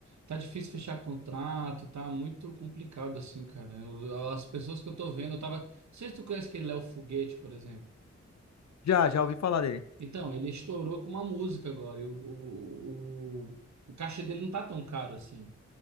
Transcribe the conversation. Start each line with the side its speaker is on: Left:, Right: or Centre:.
Right: Tá difícil fechar contrato, tá muito complicado, assim, cara. Eu- as pessoas que eu tô vendo, eu tava. Não sei se tu conhece aquele Léo Foguete, por exemplo.
Left: Já, já ouvi falar dele.
Right: Então, ele estourou com uma música agora. E o, o, o, o cachê dele não tá tão caro assim.